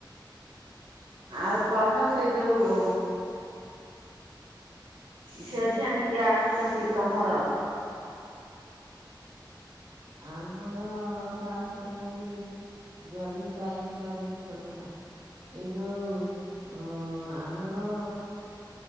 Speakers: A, on the right; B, on the right.
A: ଆଉ କହ ସେଇ ଯୋଉ ଝିଅ ଝିଆଣି କିଏ ଆସୁଛନ୍ତି ତମର?
B: ଆମର ତ ଆସିଛନ୍ତି ଜଲଦି ଟାଇମ ଟା ଦେଖଲୁ ମା। ଏଇ ଯୋଉ ଅ ଆମର